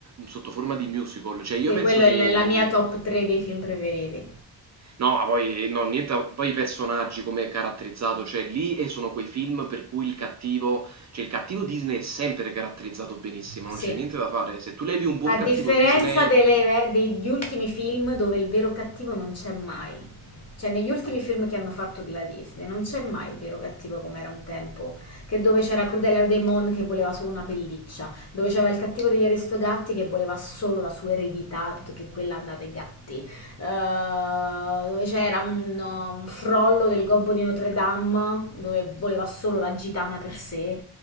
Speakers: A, on the right; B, on the left.
A: sotto forma di musical, cioè io
B: Sì,
A: penso
B: quello
A: che...
B: è la la
A: mh,
B: mia top 3 dei film preferiti.
A: No, ma poi, no, niente, a- poi i personaggi come è caratterizzato, cioè lì e sono quei film per cui il cattivo, cioè il cattivo Disney è sempre caratterizzato benissimo,
B: Sì.
A: non c'è niente da fare, se tu levi un buon
B: A differenza
A: cattivo Disney
B: delle- degli ultimi film dove il vero cattivo non c'è mai. Cioè, negli ultimi film che hanno fatto della Disney non c'è mai il vero cattivo come era un tempo. Che dove c'era Crudelia Demon che voleva solo una pelliccia, dove c'era il cattivo degli Aristogatti che voleva solo la sua eredità, piuttosto che quella andate gatti. Eh, dove c'era un, un frollo del gobbo di Notre Dame dove voleva solo la gitana per sé